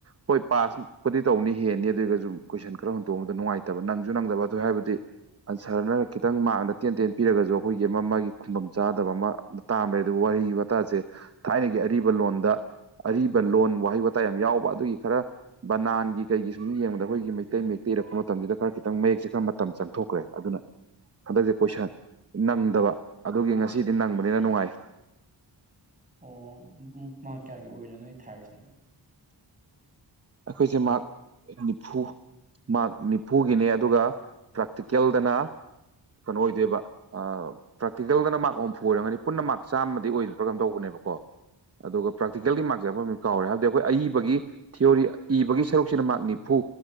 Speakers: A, on the right; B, on the right.
A: ꯍꯣꯏ ꯄꯥꯁꯄꯨꯗꯤ ꯇꯧꯅꯤ ꯍꯦꯟꯅꯤ ꯑꯗꯨ ꯑꯣꯏꯒꯖꯨ ꯀꯣꯏꯁꯟ ꯈꯔ ꯍꯨꯟ ꯇꯣꯑꯝꯕꯗꯣ ꯅꯨꯡꯉꯥꯏꯇꯕ ꯅꯪꯖꯨ ꯅꯪꯗꯕ ꯑꯗꯨ ꯍꯥꯏꯕꯗꯤ ꯑꯟꯁꯔꯅ ꯈꯤꯇꯪ ꯃꯥꯔꯛꯅ ꯇꯦꯟ ꯇꯦꯟ ꯄꯤꯔꯒꯖꯨ ꯑꯈꯣꯏꯒꯤ ꯑꯃ ꯃꯥꯒꯤ ꯈꯨꯨꯝꯕꯝ ꯆꯥꯗꯕ ꯑꯃ ꯇꯥꯝꯔꯦ ꯑꯗꯨ ꯋꯥꯍꯩ ꯋꯥꯇꯥꯖꯦ ꯊꯥꯏꯅꯒꯤ ꯑꯔꯤꯕ ꯂꯣꯟꯗ ꯑꯔꯤꯕ ꯂꯣꯟ ꯋꯥꯍꯩ ꯋꯥꯇꯥ ꯌꯥꯝ ꯌꯥꯎꯕ ꯑꯗꯨꯒꯤ ꯈꯔ ꯕꯅꯥꯟꯒꯤ ꯀꯩꯒꯤ ꯁꯨꯝ ꯌꯦꯡꯕꯗ ꯑꯈꯣꯏꯒꯤ ꯃꯩꯇꯩ ꯃꯌꯦꯛꯇ ꯏꯔꯛꯄ ꯃꯇꯝꯖꯤꯗ ꯈꯔ ꯈꯤꯇꯪ ꯃꯌꯦꯛꯁꯦ ꯈꯔ ꯃꯇꯝ ꯆꯪꯊꯣꯛꯈ꯭ꯔꯦ ꯑꯗꯨꯅ ꯍꯟꯗꯛꯁꯦ ꯀꯣꯏꯁꯟ ꯅꯪꯗꯕ ꯑꯗꯨꯒꯤ ꯉꯁꯤꯗꯤ ꯅꯪꯕꯅꯤꯅ ꯅꯨꯡꯉꯥꯏ
B: ꯑꯣ ꯑꯗꯨꯝ ꯃꯥꯔꯛ ꯀꯌꯥꯒꯤ ꯑꯣꯏꯔꯤꯅꯣ ꯅꯣꯏ ꯊꯥꯔꯤꯁꯦ
A: ꯑꯩꯈꯣꯏꯁꯦ ꯃꯥꯔꯛ ꯅꯤꯐꯨ ꯃꯥꯔꯛ ꯅꯤꯐꯨꯒꯤꯅꯦ ꯑꯗꯨꯒ ꯄ꯭ꯔꯥꯛꯇꯤꯀꯦꯜꯗꯅ ꯀꯩꯅꯣ ꯑꯣꯏꯗꯣꯏꯕ ꯑꯥ ꯄ꯭ꯔꯦꯇꯤꯀꯦꯜꯗꯅ ꯃꯥꯔꯛ ꯍꯨꯝꯐꯨ ꯑꯣꯏꯔꯝꯒꯅꯤ ꯄꯨꯟꯅ ꯃꯥꯔꯛ ꯆꯥꯝꯃꯗꯤ ꯑꯣꯏꯒꯤꯕ꯭ꯔꯥ ꯀꯝ ꯇꯧꯕꯅꯦꯕꯀꯣ ꯑꯗꯨꯒ ꯄ꯭ꯔꯥꯛꯇꯤꯀꯦꯜꯒꯤ <unintelligible> ꯃꯥꯔꯛꯖꯦ ꯀꯥꯎꯔꯦ ꯍꯥꯏꯕꯗꯤ ꯑꯈꯣꯏ ꯑꯏꯕꯒꯤ ꯊꯤꯑꯣꯔꯤ ꯏꯕꯒꯤ ꯁꯔꯨꯛꯁꯤꯅ ꯃꯥꯔꯛ ꯅꯤꯐꯨ